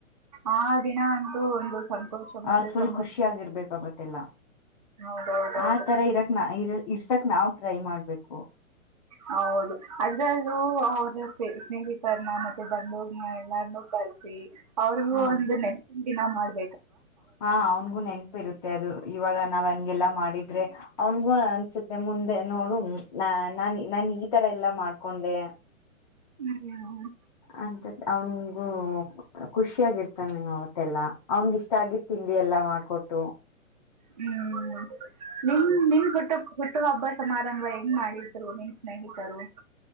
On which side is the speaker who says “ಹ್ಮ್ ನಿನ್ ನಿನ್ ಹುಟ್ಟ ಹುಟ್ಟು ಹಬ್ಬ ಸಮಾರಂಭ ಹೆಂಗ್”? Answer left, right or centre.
Right